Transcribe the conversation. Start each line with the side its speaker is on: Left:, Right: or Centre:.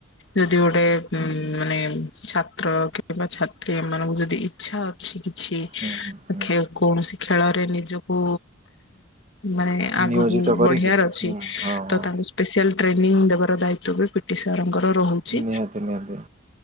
Left: ଯଦି ଗୋଟେ ଉଁ ମାନେ ଛାତ୍ର କିମ୍ବା ଛାତ୍ରୀ ଏମାନଙ୍କୁ ଯଦି ଇଚ୍ଛା ଅଛି କିଛି
Right: ହୁଁ।
Left: ଆ
Right: ହୁଁ
Left: ଖେ କୌଣସି ଖେଳରେ ନିଜକୁ ମାନେ ଆଗକୁ
Right: ନିୟୋଜିତ କରିକି
Left: ବଢ଼ିବାର ଅଛି
Right: ହୁଁ ହଁ
Left: ତ
Right: ହଁ
Left: ତାଙ୍କୁ ସ୍ପେସିଆଲ୍ ଟ୍ରେନିଂ ଦେବାର ଦାୟିତ୍ୱ ବି ପିଟି ସାରଙ୍କର। ରହୁଛି।
Right: ନିହାତି ନିହାତି